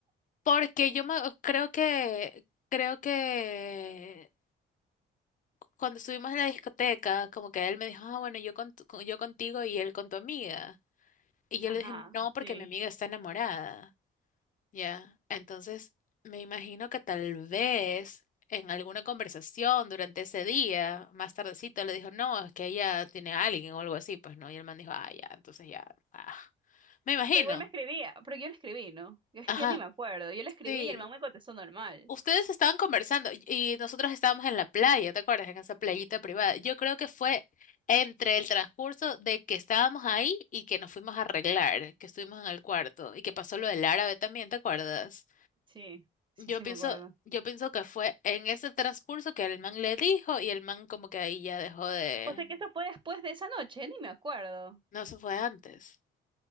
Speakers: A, on the left (about 40°); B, on the right (about 25°).
A: Porque yo me, creo que, creo que cuando estuvimos en la discoteca, como que él me dijo, ah, bueno, yo, con tu- con- yo contigo y él con tu amiga. Y yo
B: Ajá,
A: le dije, no, porque
B: sí.
A: mi amiga está enamorada. Ya, entonces me imagino que tal vez en alguna conversación durante ese día, más tardecito, le dijo, no, es que ella tiene a alguien o algo así, pues no. Y el man dijo, ah, ya, entonces ya, ah. Me imagino.
B: Pero igual me escribía, pero yo le escribí, ¿no? Yo es
A: Ajá,
B: que ni me acuerdo. Yo le escribí
A: sí,
B: y el man me contestó normal.
A: Ustedes estaban conversando y nosotros estábamos en la playa, ¿te acuerdas? En esa playita privada. Yo creo que fue entre el transcurso de que estábamos ahí y que nos fuimos a arreglar, que estuvimos en el cuarto y que pasó lo del árabe también, ¿te acuerdas?
B: Sí, sí,
A: Yo
B: sí
A: pienso,
B: me acuerdo.
A: yo pienso que fue en ese transcurso que el man le dijo y el man como que ahí ya dejó de...
B: O sea que eso fue después de esa noche, ni me acuerdo.
A: No, eso fue antes.